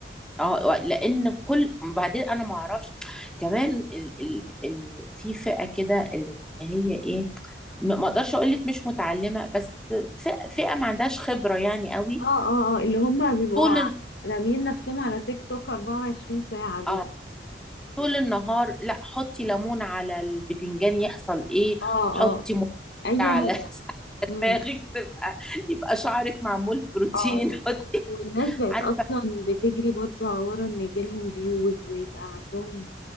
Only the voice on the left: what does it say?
اه اه اه اللي هم بيبقوا
راميين نفسهم على تيك توك 24 ساعة دول
اه
اه آه.
اي
هدف
امم
اه دي
حقيقة
والناس بقت
اصلا بتجري برضو ورا ان يجيلهم فيوز ويبقى عندهم